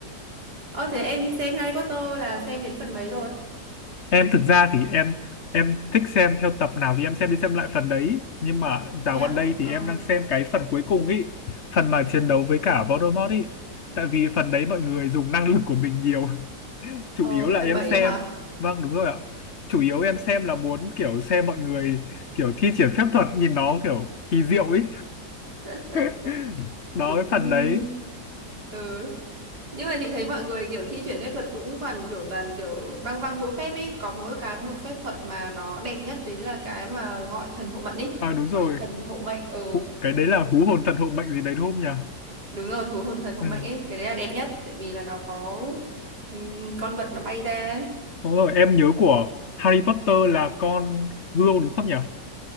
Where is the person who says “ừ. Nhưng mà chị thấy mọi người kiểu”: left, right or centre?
Right